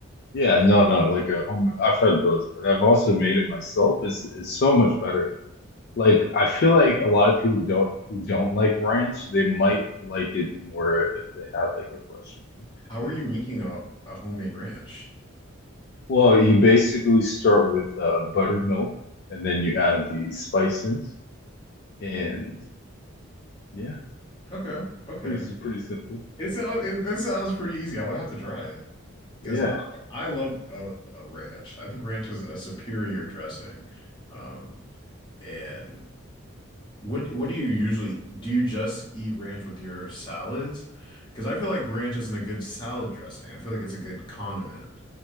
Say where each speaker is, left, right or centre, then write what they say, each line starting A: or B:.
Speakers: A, on the left (about 50°); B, on the left (about 20°).
A: Yeah, no, no, like a home I've tried both, but I've also made it myself. It's it's so much better. Like I feel like a lot of people don't who don't like ranch, they might like it more if they had like a fresh one
B: How are
A: made.
B: you making a, a homemade ranch?
A: Well, you basically start with uh buttermilk and then you add the spices and yeah,
B: Okay, okay.
A: pretty s- pretty simple.
B: It sounds it, this sounds pretty easy. I will have to try it because
A: Yeah.
B: I, I love a, a ranch. I think ranch is a superior dressing. Um, and what what do you usually do you just eat ranch with your salads? Because I feel like ranch isn't a good salad dressing. I feel like it's a good condiment.